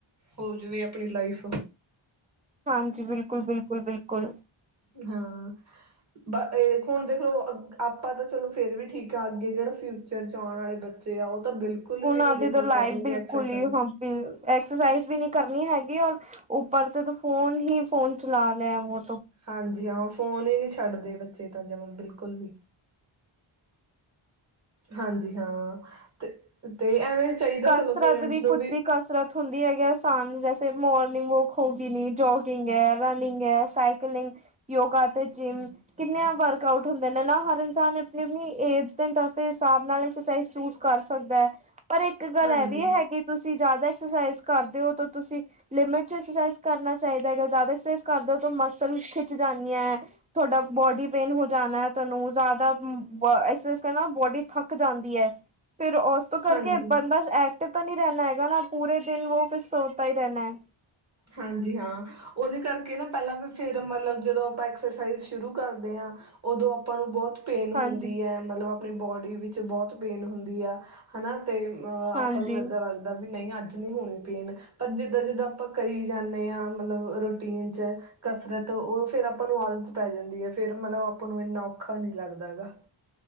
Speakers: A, on the right (about 35°); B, on the right (about 15°).
A: ਹੋ ਜਵੇ ਆਪਣੀ ਲਾਈਫ ਅ।
B: ਹਾਂਜੀ ਬਿਲਕੁਲ-ਬਿਲਕੁਲ-ਬਿਲਕੁਲ।
A: ਹਾਂ। ਬ ਇਹ ਹੁਣ ਦੇਖ ਲੋ ਅ ਗ ਆਪਾਂ ਤਾਂ ਚਲੋ ਫਿਰ ਵੀ ਠੀਕ ਆ ਅੱਗੇ ਜਿਹੜਾ ਫਿਊਚਰ ਚ ਆਉਣ ਵਾਲੇ ਬੱਚੇ ਆ ਉਹ ਤਾਂ ਬਿਲਕੁਲ
B: ਉਹਨਾਂ
A: ਵੀ ਨੀ
B: ਦੀ
A: ਦੇਖਲੋ
B: ਤਾਂ ਲਾਈਫ
A: ਕਰਨਗੇ
B: ਬਿਲਕੁਲ
A: ਐਕਸਰਸਾਈਜ਼
B: ਹੀ ਹਾਂ ਬ ਐਕਸਰਸਾਈਜ਼ ਵੀ ਨੀ ਕਰਨੀ ਹੈਗੀ ਔਰ ਉੱਪਰ ਤੇ ਤਾਂ ਫੋਨ ਹੀ ਫੋਨ ਚਲਾ ਲਿਆ ਵ
A: ਹਾਂਜੀ ਹਾਂ ਫੋਨ ਈ ਨੀ ਛੱਡਦੇ ਬੱਚੇ ਚੇਤ ਆ ਜਮਾ ਬਿਲਕੁਲ ਵੀ ਹਾਂਜੀ ਹਾਂ ਤੇ ਤੇ ਐਵੇਂ ਚਾਹੀਦਾ
B: ਕਸਰਤ
A: ਚਲੋ ਪੇਰੈਂਟਸ
B: ਵੀ
A: ਨੂੰ
B: ਕੁੱਝ ਵੀ ਕਸਰਤ ਹੁੰਦੀ ਹੈਗੀ ਆਸਾਨ ਜੈੇ ਮੋਰਨਿੰਗ ਵੋਕ ਹੋ ਗਈ ਨੀ ਜੋਗਿੰਗ ਹੈ ਰਨਿੰਗ ਹੈ ਸਾਈਕਲਿੰਗ ਯੋਗਾ ਤੇ ਜਿੰਮ ਕਿੰਨੇ ਵਰਕ ਆਊਟ ਹੁੰਦੇ ਨੇ ਨਾ ਹਰ ਇਨਸਾਨ ਆਪਣੀ ਆਪਣੀ ਏਜ ਉਸ ਦੇ ਹਿਸਾਬ ਨਾਲ ਐਕਸਰਸਾਈਜ਼ ਚੂਜ ਕਰ ਸਕਦਾ ਹੈ ਪਰ ਇੱਕ ਗੱਲ
A: ਹਾਂਜੀ
B: ਇਹ ਵੀ ਹੈਗੀ ਤੁਸੀਂ ਜ਼ਿਆਦਾ ਕਸ ਕਰਦੇ ਹੋ ਤੁਸੀਂ ਲਿਮਟ ਚਕਸ ਕਰਨਾ ਚਾਹੀਦਾ ਹੈਗਾ ਜ਼ਿਆਦਾਕਸ ਕਰਦੇ ਹੋ ਮਸਲ ਖਿੱਚ ਜਾਂਦੀ ਤੁਹਾਡਾ ਬੋਡੀ ਪੇਨ ਹੋ ਜਾਣਾ ਤੁਹਾਨੂੰ ਜ਼ਿਆਦਾ ਐਕਸਰਸਾਈਜ਼ ਕਰਨਾ ਬੋਡੀ ਥੱਕ ਜਾਂਦੀ ਹੈ ਫਿਰ ਉਸ ਤੋਂ ਕਰਕੇ
A: ਹਾਂਜੀ
B: ਬੰਦਾ ਐਕਟ ਤਾਂ ਨਹੀਂ ਰਹਿਣਾ ਹੈਗਾ ਨਾ ਪੂਰੇ ਦਿਨ ਵਿੱਚ ਫਿਰ ਸੋਤਾ ਹੀ ਰਹਿਣਾ ਹੈ
A: ਹਾਂਜੀ ਹਾਂ ਉਹਦੇ ਕਰਕੇ ਨਾ ਪਹਿਲਾਂ ਵੀ ਫੇਰ ਮਤਲਬ ਜਦੋਂ ਆਪਾਂ ਐਕਸਰਸਾਈਜ਼ ਸ਼ੁਰੂ ਕਰਦੇ ਹਾਂ ਉਦੋਂ ਆਪਾਂ ਨੂੰ ਬਹੁਤ ਪੇਨ
B: ਹਾਂਜੀ,
A: ਹੁੰਦੀ ਹੈ ਮਤਲਬ ਆਪਣੀ ਬੋਡੀ ਵਿੱਚ ਵਿੱਚ ਬਹੁਤ ਪੇਨ ਹੁੰਦੀ ਆ ਹਨਾ ਤੇ ਅਹ
B: ਹਾਂਜੀ।
A: ਆਪਾਂ ਨੂੰ ਏਦਾਂ ਲੱਗਦਾ ਵੀ ਨਹੀਂ ਅੱਜ ਨਹੀਂ ਹੋਣੀ ਪੀਣ ਪਰ ਜਿੱਦਾਂ ਜਿੱਦਾਂ ਆਪਾਂ ਕਰੀ ਜਾਂਦੇ ਹਾਂ ਮਤਲਬ ਰੂਟੀਨ ਚ ਕਸਰਤ ਉਹ ਫਿਰ ਆਪਾਂ ਨੂੰ ਆਦਤ ਪੈ ਜਾਂਦੀ ਹੈ ਫਿਰ ਮਤਲਬ ਆਪਾਂ ਨੂੰ ਇੰਨਾ ਔਖਾ ਨਹੀਂ ਲੱਗਦਾ ਹੈ ਗਾ